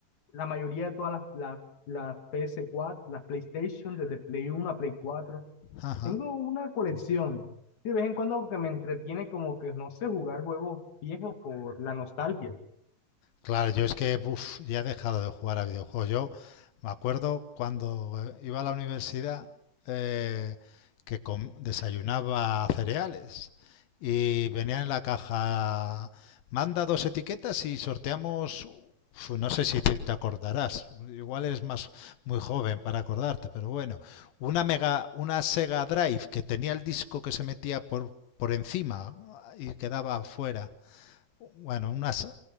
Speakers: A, on the left; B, on the left.
A: la mayoría de todas las, las, las PS4, las PlayStation, desde Play Uno a Play Cuatro
B: ajá.
A: Tengo una colección. De vez en cuando que me entretiene como que, no sé, jugar juegos viejos por la nostalgia.
B: Claro, yo es que uf, ya he dejado de jugar a videojuegos. Yo me acuerdo cuando iba a la universidad eh, que com- desayunaba cereales y venía en la caja, manda dos etiquetas y sorteamos, uf, no sé si te, te acordarás, igual eres más muy joven para acordarte, pero bueno, una mega, una Sega Drive que tenía el disco que se metía por, por encima y quedaba fuera. Bueno, unas,